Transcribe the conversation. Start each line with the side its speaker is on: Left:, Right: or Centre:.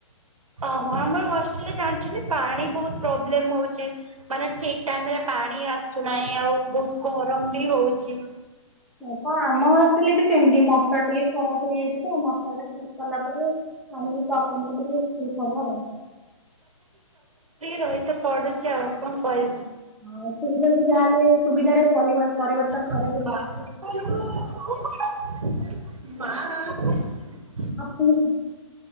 Right: ହ ଆମର ବସିରେ ଜାଣିଛନ୍ତି ପାଣି ବହୁତ ପ୍ରୋବ୍ଲେମ ହଉଛି ମାନେ ଠିକ ଟାଇମ ରେ ପାଣି ଆସୁନାହିଁ ଆଉ ବହୁତ ଗରମ ବି ହଉଛି।
Centre: ବାପା ଆମ ହଷ୍ଟେଲ ବି ସେମିତି ମଟ ଟିକେ ଖରାପ। ଇଯାଇଛି ତ ମସଲା ଟା ଠିକ କଲା ପରେ ପାଣିର ପ୍ରୋବ୍ଲେମା ଟିକେ ଠିକ ହବ ଆଉ।
Right: ରହିତ ପଡୁଛି ଆଉ କଣ କହିବୁ।
Centre: ହଁ ଅସୁବିଧା କ ଯାହାେଲେ। ସୁବିଧାରେ।
Right: <inaudible>
Centre: ପରିବ ପରିବର୍ତ୍ତନ କରିବାକୁ ପଡୁଛି।
Right: ମା।
Centre: ଆପଣ।